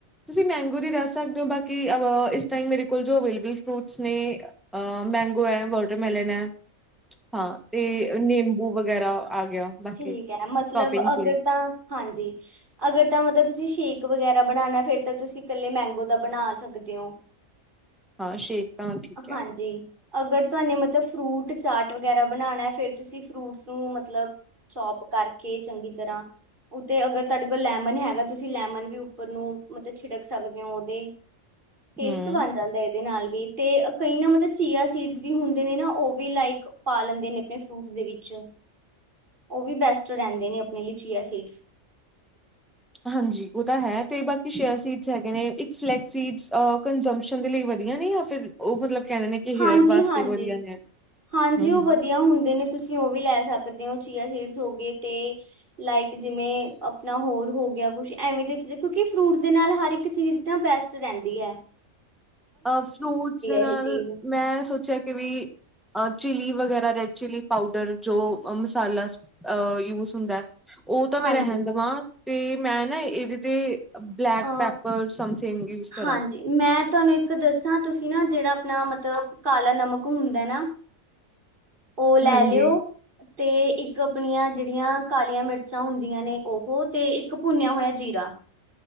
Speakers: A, in the centre; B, on the right.
A: ਤੁਸੀਂ ਮੈਂਗੋ ਦੀ ਦੱਸ ਸਕਦੇ ਓ, ਬਾਕੀ ਅ ਇਸ ਟਾਈਮ ਮੇਰੇ ਕੋਲ ਜੋ ਅਵੇਲੇਬਲ ਫਰੂਟਸ ਨੇ ਅ ਅ ਮੈਂਗੋ ਐ, ਵੋਟਰਮੈਲਨ ਐ ਹਾਂ, ਤੇ ਨਿੰਬੂ ਵਗੈਰਾ ਆ ਗਿਆ। ਬਾਕੀ
B: ਠੀਕ ਐ ਮਤਲਬ
A: ਟੋਪਿੰਗਸ
B: ਅਗਰ
A: ਲਈ
B: ਤਾਂ, ਹਾਂਜੀ ਅਗਰ ਤਾਂ ਮਤਲਬ ਤੁਸੀਂ ਸ਼ੇਕ ਵਗੈਰਾ ਬਣਾਣੈ, ਫਿਰ ਤਾਂ ਤੁਸੀਂ ਕੱਲੇ ਮੈਂਗੋ ਦਾ ਬਣਾ ਸਕਦੇ ਓ।
A: ਹਾਂ, ਸ਼ੇਕ ਤਾਂ ਠੀਕ
B: ਹਾਂਜੀ।
A: ਐ।
B: ਅਗਰ ਤੁਹਾਨੂੰ ਮਤਲਬ ਫਰੂਟ ਚਾਟ ਵਗੈਰਾ ਬਣਾਉਣਾ, ਫੇਰ ਤੁਸੀਂ ਫਰੂਟਸ ਨੂੰ ਮਤਲਬ ਚੌਪ ਕਾਰਕੇ, ਚੰਗੀ ਤਰ੍ਹਾਂ ਉਤੇ, ਅਗਰ ਤੁਹਾਡੇ ਕੋਲ ਲੈਮਨ ਹੈਗਾ, ਤੁਸੀਂ ਲੈਮਨ ਵੀ ਉੱਪਰ ਨੂੰ ਮਤਲਬ ਛਿੜਕ ਸਕਦੇ ਹੋ ਉਦੇ। ਟੇਸਟ
A: ਹਮ
B: ਬਾਣ ਜਾਂਦਾ ਦੇ ਨਾਲ ਵੀ, ਤੇ ਕਈ ਨਾ ਮਤਲਬ ਚੀਆ ਸੀਡਸ ਵੀ ਹੁੰਦੇ ਨੇ ਨਾ, ਉ ਵੀ ਲਾਈਕ ਪਾ ਲੈਂਦੇ ਨੇ, ਆਪਣੇ ਫਰੂਟਸ ਦੇ ਵਿੱਚ। ਉਵੀ ਬੈਸਟ ਰਹਿੰਦੇ ਨੇ ਆਪਣੇ ਲਈ, ਚੀਆ ਸੀਡਸ।
A: ਹਾਂਜੀ, ਉਹ ਤਾਂ ਹੈ ਤੇ ਬਾਕੀ ਸ਼ੇਅਰ ਸੀਡਸ ਹੈਗੇ ਨੇ, ਇੱਕ ਫਲੈਕਸ ਸੀਡ, ਕੰਜਮਪਸ਼ਨ ਦੇ ਲਈ ਵਧੀਆ ਨੇ <unintelligible> ਉਹ ਮਤਲਬ ਕੈਦੇ ਨੇ ਕਿ
B: ਹਾਂਜੀ-ਹਾਂਜੀ,
A: ਹੇਅਰ ਵਾਸਤੇ ਵਧੀਆ ਨੇ
B: ਹਾਂਜੀ
A: ਹਮ
B: ਉ ਵਧੀਆ ਹੁੰਦੇ ਨੇ ਤੁਸੀਂ ਤੁਸੀਂ ਉਹ ਵੀ ਲੈ ਸਕਦੇ ਹੋ, ਚੀਆ ਸੀਡਸ ਹੋ ਗਏ ਤੇ ਲਾਈਕ ਜਿਵੇਂ, ਆਪਣਾ ਹੋਰ ਹੋ ਗਿਆ ਕੁਛ ਐਵੇਂ ਦੇ, ਕਿਉਂਕਿ ਫਰੂਟ ਦੇ ਨਾਲ ਹਰ ਇੱਕ ਚੀਜ਼ ਨਾ ਬੈਸਟ ਰੈਂਦੀ ੲੈ।
A: ਅ ਫਰੂਟਸ ਦੇ ਨਾਲ,
B: ਇਹ ਚੀਜ਼
A: ਮੈਂ ਸੋਚਿਆ ਕੇ ਵੀ ਅ ਚਿਲੀ ਵਗੈਰਾ, ਰੈੱਡ ਚਿਲੀ ਪਾਊਡਰ, ਜੋ ਮਸਾਲਾ ਅਹ ਯੂਜ ਹੁੰਦਾ, ਉਹ ਤਾਂ
B: ਹਾਂਜੀ
A: ਮੈਂ ਰੈਹਣ ਦੇ ਵਾਂ, ਤੇ ਮੈਂ ਨਾ ਏਦੇ 'ਤੇ ਬਲੈਕ
B: ਅ
A: ਪੈਪਰ, ਸਮਥਿੰਗ ਯੂਜ ਕਰਾਂ।
B: ਹਾਂਜੀ ਮੈਂ ਤੁਵਾਨੂੰ ਇੱਕ ਇੱਕ ਦੱਸਾਂ, ਤੁਸੀਂ ਨਾ ਜਿਹੜਾ ਆਪਣਾ ਮਤਲਬ, ਕਾਲਾ ਨਮਕ ਹੁੰਦਾ ਨਾ ਉ ਲੈ
A: ਹਾਂਜੀ
B: ਲੇਓ। ਤੇ, ਇੱਕ ਆਪਣੀਆਂ ਜੇੜੀਆਂ ਕਾਲੀਆਂ ਮਿਰਚਾਂ ਹੁੰਦੀਆਂ ਨੇ ਉਹ, ਤੇ ਇੱਕ ਭੁੰਨਿਆ ਹੋਇਆ ਜੀਰਾ।